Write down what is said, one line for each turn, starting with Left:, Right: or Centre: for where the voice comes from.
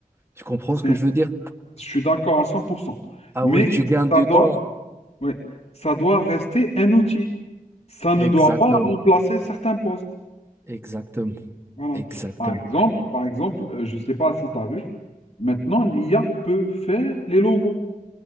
Right: Tu comprends
Left: C'est-
Right: ce que je veux dire?
Left: Je suis d'accord à cent pour cent,
Right: Ah
Left: Mais
Right: ouais, tu gagnes du
Left: ça doit,
Right: temps.
Left: oui, ça doit rester un outil. Ça ne
Right: Exactement,
Left: doit pas remplacer certains postes.
Right: exactement,
Left: Voilà.
Right: exactement.
Left: Par exemple, par exemple, euh, je ne sais pas si tu as vu, maintenant l'IA peut faire les logos.